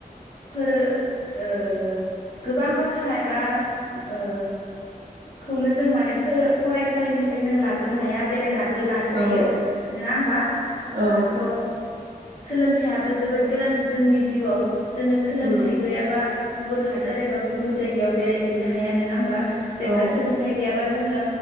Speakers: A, on the left; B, on the right.
A: फोरो ओ गोबां बाथ्रा एबा ओ खौनो जों माने फरायसालिनिफ्राय जोङो लाजोबनो हाया बेरायनानै बो लानो
B: औ
A: हायो नङा होमबा
B: औ
A: स सोलोंथाइयाबो जोबोद गोनांथि जोंनि जिउआव जोङो सोलोंथाइ
B: उम
A: गैयाबा गुबुन हादोर एबा गुबुन जायगायाव बेरायहैनो हाया नोङा होमबा जेनेबा
B: औ
A: सोलोंथाइ गैयाब बा जोङो